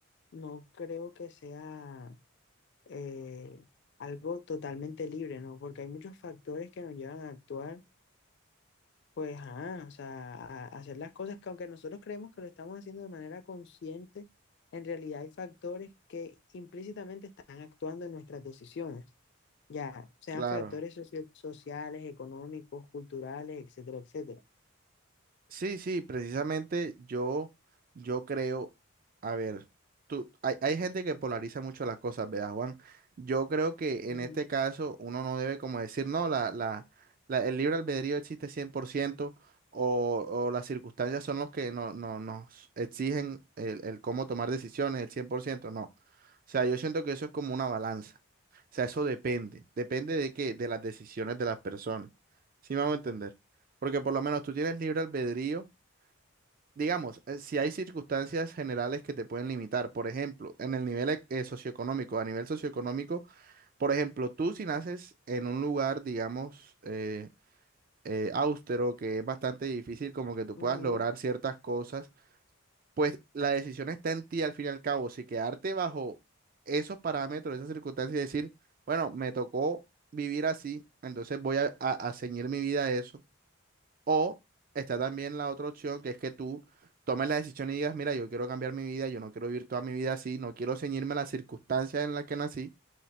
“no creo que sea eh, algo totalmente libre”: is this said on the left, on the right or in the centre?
Left